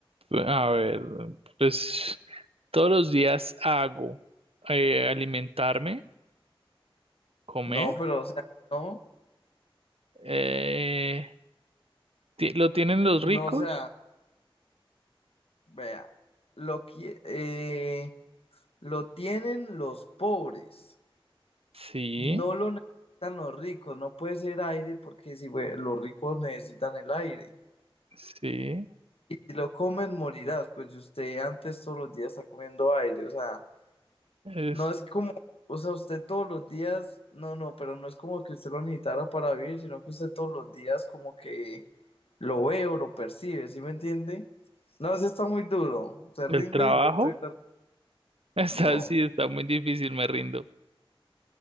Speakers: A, on the right; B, on the left.
A: A ver, pues todos los días hago eh, alimentarme, comer.
B: no, pero o sea, no,
A: Eh, ti- ¿lo tienen los
B: no,
A: ricos?
B: o sea, vea, lo, qui- eh, lo tienen los pobres,
A: Sí,
B: no lo necesitan los ricos, no puede ser aire porque si güey, los ricos necesitan el aire.
A: sí.
B: Y si lo comen, morirás, pues si usted antes todos los días está comiendo aire, o sea.
A: Es
B: No es como, o sea, usted todos los días, no, no, pero no es como que usted lo necesitara para vivir, sino que usted todos los días como que lo ve o lo percibe, ¿sí me entiende? No, eso está muy duro. Se
A: el
B: rinde
A: trabajo.
B: y yo te...
A: <laughs> Está
B: No,
A: así, está muy difícil, me rindo.